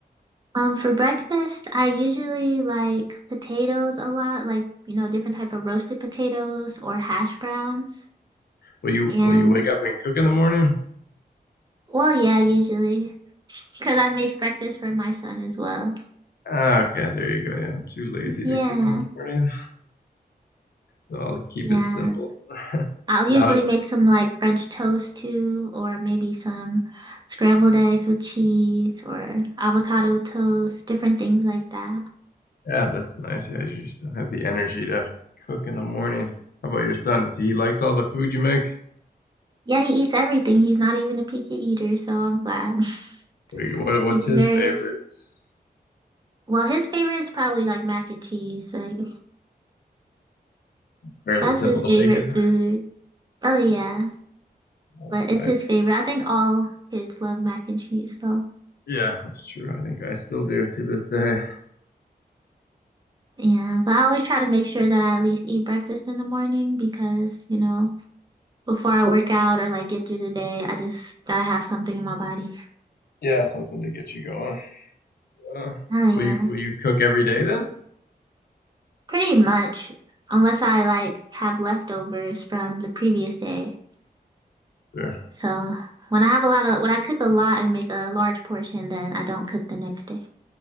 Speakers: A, on the right; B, on the left.
A: Um, for breakfast, I usually like potatoes a lot, like, you know, different type of roasted potatoes or hash browns.
B: Will you
A: And
B: Will you wake up and cook in the morning?
A: well, yeah, usually <laughs> because I make breakfast for my son as well.
B: Ah, okay, there you go. Yeah, I'm too lazy
A: Yeah.
B: to cook in the morning, so I'll keep
A: Yeah.
B: it simple. <laughs>
A: I'll usually
B: So How does
A: make some like French toast too, or maybe some scrambled eggs with cheese or avocado toast, different things like that.
B: Yeah, that's nice. Yeah, you just don't have the energy to cook in the morning. How about your son? Does he likes all the food you make?
A: Yeah, he eats everything. He's not even a picky eater, so I'm glad. <laughs>
B: Like, what what's
A: He's very,
B: his favorites?
A: well, his favorite is probably like mac and cheese. Like
B: Fairly
A: that's
B: simple
A: his
B: to
A: favorite
B: make, isn't
A: food.
B: it?
A: Oh yeah,
B: That's
A: but it's
B: nice.
A: his favorite. I think all kids love mac and cheese though.
B: Yeah, that's true. I think I still do to this day.
A: Yeah, but I always try to make sure that I at least eat breakfast in the morning because, you know, before I work out or like get through the day, I just gotta have something in my body.
B: Yeah, something to get you going. Uh,
A: Oh yeah,
B: will you will you cook every day then?
A: pretty much. Unless I like have leftovers from the previous day.
B: Sure.
A: So when I have a lot of, when I cook a lot and make a large portion, then I don't cook the next day.